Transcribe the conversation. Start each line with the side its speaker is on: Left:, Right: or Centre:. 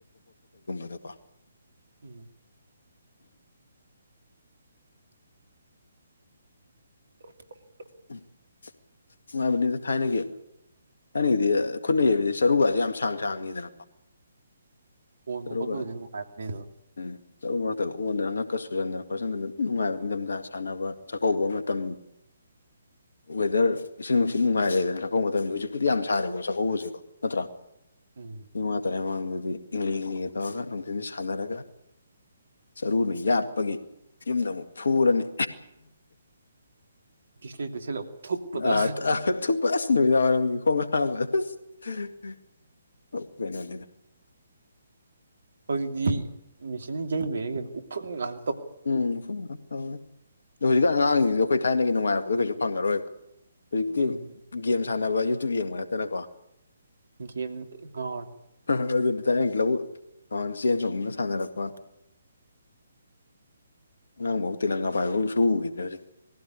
Left: ꯎꯀꯣ
Right: ꯎꯝ ꯍꯤ
Left: ꯎꯝ ꯅꯨꯡꯉꯥꯏꯕꯅꯤꯗ ꯊꯥꯏꯅꯒꯤ ꯊꯥꯏꯅꯒꯤꯗꯤ ꯈꯨꯠꯅ ꯌꯩꯕꯤꯁ ꯆꯔꯨꯒꯁꯦ ꯌꯥꯝ ꯁꯥꯡ ꯁꯥꯡꯉꯤꯗꯅꯀꯣ
Right: ꯍꯣꯟꯕ
Left: ꯆꯔꯨꯒ
Right: ꯈꯣꯠꯄꯕꯨꯗꯤ ꯅꯨꯡꯉꯥꯏꯔꯛꯄꯅꯦꯗ
Left: ꯎꯝ ꯆꯔꯨ ꯃꯔꯛꯇꯒ ꯑꯣꯟꯗꯅ ꯉꯛꯀ ꯁꯨꯖꯟꯗꯅ ꯈꯣꯠꯆꯟꯗꯅ ꯑꯗꯨ ꯅꯨꯡꯉꯥꯏꯕ ꯅꯤꯡꯊꯝꯊꯥ ꯁꯥꯟꯅꯕ ꯆꯥꯛꯀꯧꯕ ꯃꯇꯝ ꯍꯤ ꯋꯦꯗꯔ ꯏꯁꯤꯡ ꯅꯨꯡꯁꯤꯠ ꯅꯨꯡꯉꯥꯏꯔꯛꯑꯗꯅ ꯆꯥꯛꯀꯧꯕ ꯃꯇꯝꯗ ꯍꯧꯖꯤꯛꯄꯨꯗꯤ ꯌꯥꯝ ꯁꯥꯔꯦꯀꯣ ꯆꯥꯛꯀꯧꯕꯁꯤꯀꯣ ꯅꯠꯇ꯭ꯔꯥ
Right: ꯎꯝ
Left: ꯏꯃ ꯇꯔꯥꯏꯃ ꯑꯗꯨ ꯏꯪꯂꯤ ꯏꯂꯤ ꯍ ꯇꯧ ꯀꯥꯟꯤꯟ ꯁꯥꯟꯅꯥꯔꯒꯥ ꯆꯔꯨꯅ ꯌꯥꯠꯄꯒꯤ ꯌꯨꯝꯗ ꯑꯃꯨꯛ ꯐꯨꯔꯅꯤ
Right: ꯗꯤꯁꯂꯦꯗ ꯁꯦꯠꯂ ꯊꯨꯞꯄꯗ
Left: ꯑ ꯊꯨꯄ ꯑꯁꯤ ꯅꯨꯃꯤꯗꯥꯡ ꯋꯥꯏꯔꯝꯒꯤ ꯈꯣꯡ ꯍꯥꯥꯝꯕ ꯀꯞꯄꯦ ꯍꯥꯏꯕꯅꯤꯗ
Right: ꯍꯧꯖꯤꯛꯇꯤ ꯃꯦꯆꯤꯟ ꯌꯩ ꯂꯩ ꯎꯈ꯭ꯔꯨꯜ ꯉꯥꯛ
Left: ꯎꯝ ꯍ ꯑꯗꯣ ꯍꯧꯖꯤꯛ ꯑꯉꯥꯡꯁꯤꯡꯗ ꯑꯩꯈꯣꯏ ꯊꯥꯏꯅꯒꯤ ꯅꯨꯡꯉꯥꯏꯔꯛꯄꯗ ꯀꯩꯁꯨ ꯐꯪꯉꯔꯣꯏꯕ ꯍꯧꯖꯤꯛꯇꯤ
Right: ꯎꯝ
Left: ꯒꯦꯝꯁ ꯁꯥꯟꯅꯕ ꯌꯨꯇꯨꯕ ꯌꯦꯡꯕ ꯅꯠꯇꯅꯀꯣ
Right: ꯌꯦꯝꯗꯥ ꯂꯣꯏ ꯉꯥꯎꯔꯥꯅꯤ
Left: ꯈ ꯑꯣꯏꯕꯅꯤ ꯇꯥꯏꯔ ꯂꯧ ꯆꯦꯟ ꯆꯣꯡꯅ ꯁꯥꯟꯅꯔꯛꯄ ꯑꯉꯥꯡꯐꯧ ꯇꯦꯂꯪꯒꯥ ꯄꯥꯏꯕ ꯁꯨ ꯎꯈꯤꯗ꯭ꯔꯦ ꯍꯧꯖꯤꯛꯇꯤ